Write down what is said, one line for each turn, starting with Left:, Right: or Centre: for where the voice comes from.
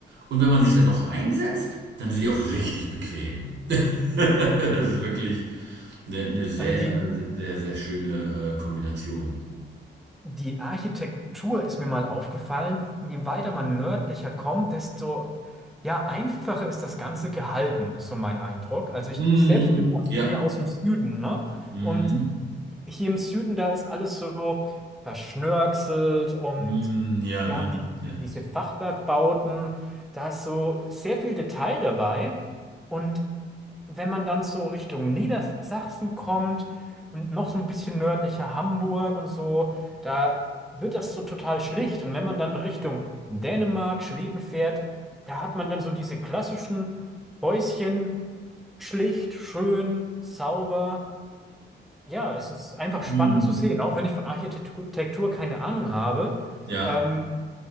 Right: Und wenn man sich dann noch reinsetzt, dann sind die auch richtig bequem. <laughs> Das ist wirklich eine, eine sehr,
Centre: Also die,
Right: sehr, sehr schöne äh, Kombination.
Centre: Die Architektur ist mir mal aufgefallen. Je weiter man nördlicher kommt, desto ja, einfacher ist das Ganze gehalten, ist so mein Eindruck. Also ich,
Right: Mhm.
Centre: ich selbst bin, ja-
Right: Ja.
Centre: bin ja aus dem Süden, ne?
Right: Mhm.
Centre: Und hier im Süden, da ist alles so verschnörkelt und
Right: Mhm. Ja,
Centre: wir
Right: ne?
Centre: haben die, die-
Right: Ja.
Centre: diese Fachwerkbauten. Da ist so sehr viel Detail dabei. Und wenn man dann so Richtung Niedersachsen kommt und noch so ein bisschen nördlicher Hamburg und so, da wird das so total schlicht. Und wenn man dann Richtung Dänemark, Schweden fährt, da hat man dann so diese klassischen Häuschen, schlicht, schön, sauber. Ja, es ist einfach spannend
Right: Mhm.
Centre: zu sehen, auch wenn ich von Architektur keine Ahnung habe.
Right: Ja.
Centre: Ähm,